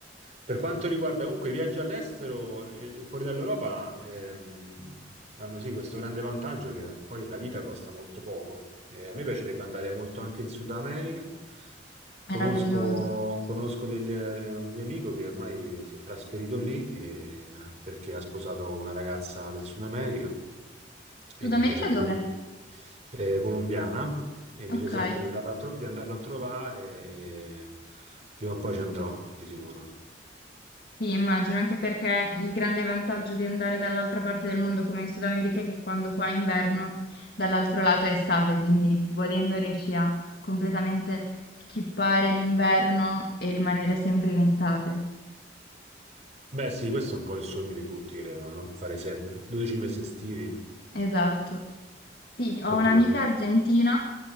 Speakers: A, on the right; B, on the left.
A: Per quanto riguarda comunque i viaggi all'estero, eh, fuori dall'Europa, ehm, hanno sì questo grande vantaggio che poi la vita costa molto poco. Eh, a me piacerebbe andare molto anche in Sud America. Conosco,
B: Meraviglioso.
A: conosco del- de- un mio amico che ormai si è trasferito lì eh, perché ha sposato una ragazza del Sud America e
B: Sud
A: mi
B: America
A: dice sempre
B: dove?
A: eh, colombiana e mi
B: Ok.
A: dice sempre di andarla a, tro- di andarla a trovare e prima o poi ci andrò, di sicuro.
B: Sì, immagino, anche perché il grande vantaggio di andare dall'altra parte del mondo come in Sud America è che quando qua è inverno, dall'altro lato è estate, quindi volendo riesci a completamente skippare l'inverno e rimanere sempre in estate.
A: Beh, sì, questo è un po' il sogno di tutti, credo, no? Fare sempre 12 mesi estivi.
B: Esatto. Sì, ho
A: Oddio,
B: un'amica argentina